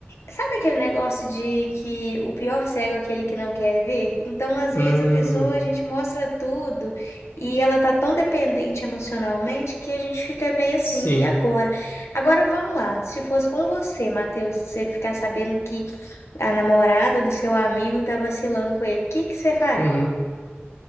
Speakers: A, on the left; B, on the left.
A: sabe aquele negócio de que o pior cego é aquele que não quer ver? Então, às vezes
B: Hum,
A: a pessoa, a gente mostra tudo e ela tá tão dependente emocionalmente que a gente fica meio assim,
B: sim.
A: e agora? Agora vamos lá. Se fosse com você, Matheus, você ficar sabendo que a namorada do seu amigo tá vacilando com ele, o que que você faria?
B: Uhum.